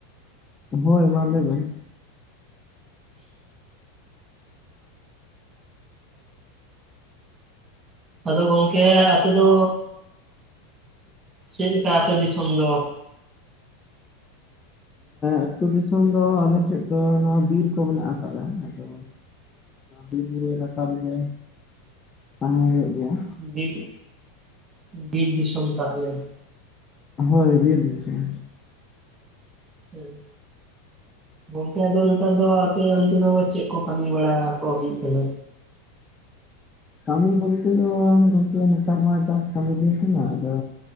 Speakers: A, on the left (about 20°); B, on the right (about 25°).
A: ᱦᱳᱭ ᱢᱟ ᱞᱟᱹᱭ ᱵᱮᱱ
B: ᱟᱫᱚ ᱜᱚᱝᱠᱮ ᱟᱯᱮ ᱫᱚ ᱪᱮᱫ ᱞᱮᱠᱟ ᱟᱯᱮ ᱫᱤᱥᱚᱢ ᱫᱚ?
A: ᱟᱹᱛᱩ ᱫᱤᱥᱚᱢ ᱫᱚ ᱟᱞᱮ ᱥᱮᱫ ᱫᱚ ᱱᱚᱣᱟ ᱵᱤᱨ ᱠᱚ ᱢᱮᱱᱟᱜ ᱟᱠᱟᱫᱟ᱾ ᱟᱫᱚ ᱵᱤᱨ ᱵᱩᱨᱩ ᱮᱞᱟᱠᱟ ᱨᱮᱜᱮ ᱛᱟᱦᱮᱸ ᱦᱩᱭᱩᱜ ᱜᱮᱭᱟ᱾
B: ᱵᱤᱨ ᱵᱤᱨ ᱫᱤᱥᱚᱢ ᱛᱟᱦᱚᱞᱮ?
A: ᱦᱳᱭ ᱵᱤᱨ ᱫᱤᱥᱚᱢ᱾
B: ᱦᱮᱸ ᱜᱚᱝᱠᱮ ᱟᱫᱚ ᱱᱮᱛᱟᱨ ᱫᱚ ᱟᱯᱮ ᱚᱱᱛᱮ ᱫᱚ ᱪᱮᱫ ᱠᱚ ᱠᱟᱹᱢᱤ ᱵᱟᱲᱟ ᱠᱚ ᱦᱩᱭᱩᱜ ᱠᱟᱱᱟ?
A: ᱠᱟᱹᱢᱤ ᱵᱚᱞᱛᱮ ᱫᱚ ᱜᱚᱝᱠᱮ ᱱᱮᱛᱟᱨ ᱢᱟ ᱪᱟᱥ ᱠᱟᱢᱤ ᱫᱤᱱ ᱠᱟᱱᱟ᱾ ᱟᱫᱚ